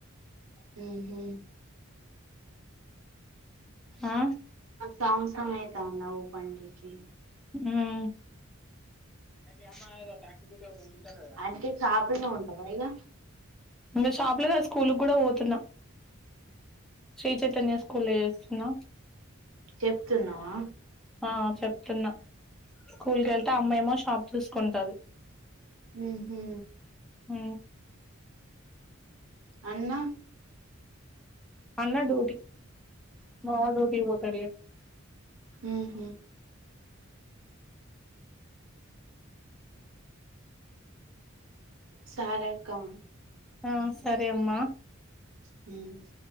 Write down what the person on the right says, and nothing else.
మ్మహు
సంవత్సరమైతండా పడించి
అంటే షాపుల్నే ఉంటవా ఇగ
చెప్తున్నావా!.
ఊహు.
అన్నా!?
ఉహు సారాక్కా.
హ్మ్.